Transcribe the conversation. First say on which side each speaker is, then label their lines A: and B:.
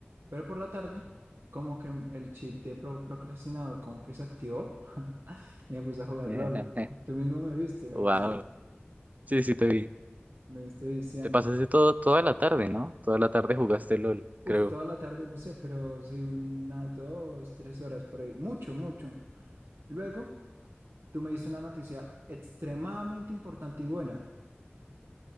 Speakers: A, on the right; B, on the right.
A: pero por la tarde como que el chip de pro- procrastinador como que se activó. y me puse a jugar
B: <laughs>
A: LOL. Tú mismo me viste, me
B: Wow.
A: viste,
B: Sí, sí, te vi.
A: me viste viciando.
B: Te pasaste todo, toda la tarde, ¿no? Toda la tarde jugaste LOL, creo.
A: Uf, toda la tarde, no sé, pero sí unas dos, tres horas por ahí. Mucho, mucho. Luego, tú me diste una noticia extremadamente importante y buena.